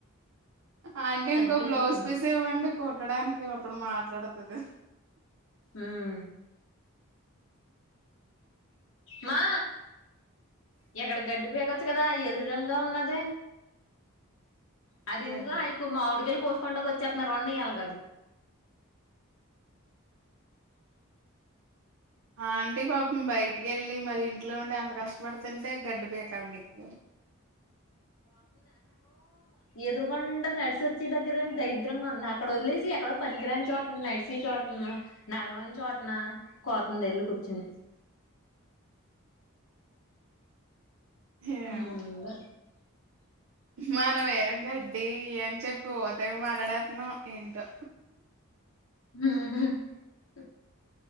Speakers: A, on the right; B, on the left.
A: ఆంటీ
B: పెద్ద
A: ఇంకో
B: పిలుస్తుంది
A: బ్లౌజ్ పీస్ ఇవ్వండి కుట్టడానికి అప్పుడు మాట్లాడతది.
B: ఉమ్ మా ఎక్కడ గడ్డి పీకొచ్చు గదా ఎదురుంగా ఉన్నది అది
A: గెడ్డ
B: ఎందుకో ఆ ఎక్కువ మామిడికాయలు కోస్ కుండగా వచ్చేత్తన్నారు ఉండని అలాగ అది
A: ఆంటీ పాపం బయటికి వెళ్ళి మరి ఇంట్లో ఉండి అంత కష్టపడుతుంటే గడ్డి పీకాల నీకు?
B: ఎదురుగుండ నడిసొచ్చి దగ్గర ఏమో దరిద్రంగా ఉన్న అక్కడ వదిలేసి ఎక్కడో పనికిరాని చోటన నడిసే చోటన మ్మ్ నడవని చోటన కోత్తంది వెళ్ళి కూర్చొని
A: <inaudible> ఏం
B: ఊమ్ ఇంగ
A: మనం ఏమో గడ్డి అని చెప్పి ఓ తెగ మాట్లాడేత్తన్నాం ఏంటో
B: <inaudible>